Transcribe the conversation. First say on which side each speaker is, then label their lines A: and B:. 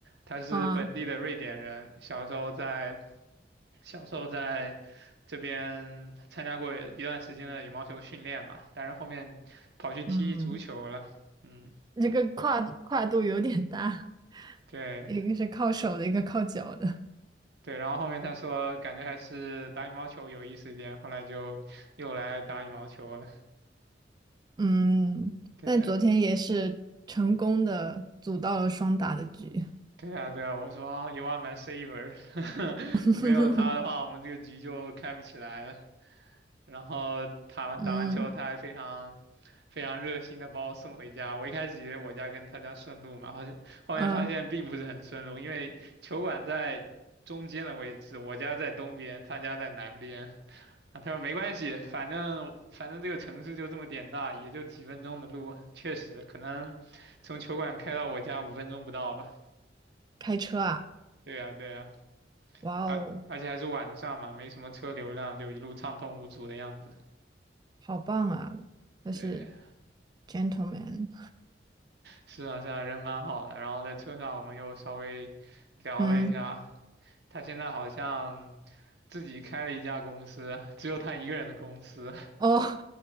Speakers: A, on the right (about 65°); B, on the right (about 25°).
A: 他是本地的瑞典人，
B: 啊
A: 小时候在小时候在这边参加过一段时间的羽毛球训练嘛，但是后面跑去踢足球了。
B: 嗯，
A: 嗯，
B: 这个跨跨度有点大，
A: 对。
B: 一个是靠手的，一个靠脚的。
A: 对，然后后面他说感觉还是打羽毛球有意思一点，后来就又来打羽毛球了。
B: 嗯，
A: 对，
B: 但昨天也是成功的组到了双打的局。
A: 对啊，对啊，我说啊，You are my saver，<laughs>
B: <laughs>
A: 没有他的话，我们这个局就开不起来了。然后打完打完球，
B: 嗯，
A: 他还非常非常热心的把我送回家。我一开始以为我家跟他家顺路嘛，好像后面发现并不是很顺路，
B: 呃，
A: 因为球馆在中间的位置，我家在东边，他家在南边。啊，他说没关系，反正反正这个城市就这么点大，也就几分钟的路，确实可能从球馆开到我家五分钟不到吧。
B: 开车啊，
A: 对呀，对呀，
B: 哇哦，
A: 而而且还是晚上嘛，没什么车流量，就一路畅通无阻的样子。
B: 好棒啊，他是
A: 对，
B: gentleman。
A: 是啊是啊，人蛮好的。然后在车上我们又稍微聊了一下，
B: 嗯，
A: 他现在好像自己开了一家公司，只有他一个人的公司，
B: 哦，